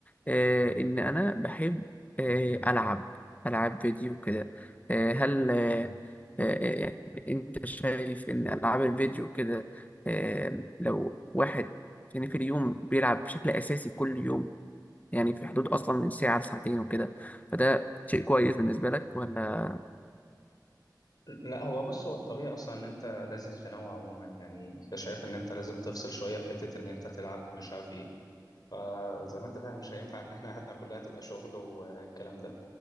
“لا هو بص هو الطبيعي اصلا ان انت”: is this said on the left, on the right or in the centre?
Left